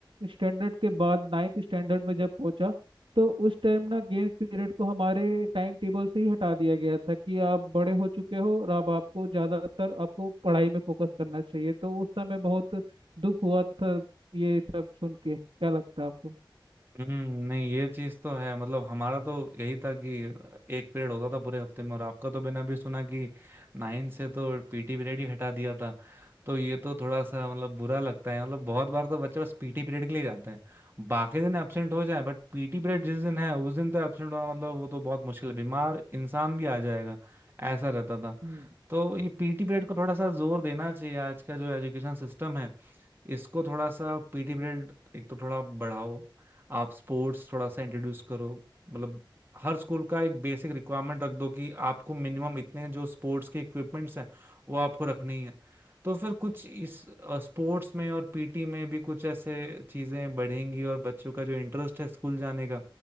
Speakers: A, on the right (about 75°); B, on the right (about 25°).
A: स्टैंडर्ड के बाद नाइन्थ स्टैंडर्ड में जब पहुंचा तो उस टाइम ना गेम्स पीरियड को हमारे टाइम टेबल से ही हटा दिया गया था कि आप बड़े हो चुके हो और अब आपको ज़्यादातर आपको पढ़ाई में फोकस करना चाहिए तो उस समय बहुत दुख हुआ था ये सब सुन के क्या लगता है आपको
B: हम्म नहीं ये चीज तो है मतलब हमारा तो यही था कि एक पीरियड होता था पूरे हफ्ते में और आपका तो मैंने अभी सुना कि नाइन से तो पीटी पीरियड ही हटा दिया था तो ये तो थोड़ा सा मतलब बुरा लगता है मतलब बहुत बार तो बच्चे बस पीटी पीरियड के लिए जाते हैं बाकी दिन एब्सेंट हो जाए बट पीटी पीरियड जिस दिन है उस दिन तो एब्सेंट होना मतलब वो तो बहुत मुश्किल है बीमार इंसान भी आ जाएगा ऐसा रहता था
A: हम्म,
B: तो ये पीटी पीरियड को थोड़ा सा जोर देना चाहिए आज का जो एजुकेशन सिस्टम है इसको थोड़ा सा पीटी पीरियड एक तो थोड़ा बढ़ाओ आप स्पोर्ट्स थोड़ा सा इंट्रोड्यूस करो मतलब हर स्कूल का एक बेसिक रिक्वायरमेंट रख दो कि आपको मिनिमम इतने जो स्पोर्ट्स के इक्विपमेंट्स हैं वो आपको रखनी है तो फिर कुछ इस स्पोर्ट्स में और पीटी में भी कुछ ऐसे चीजें बढ़ेंगी और बच्चों का जो इंटरेस्ट है स्कूल जाने का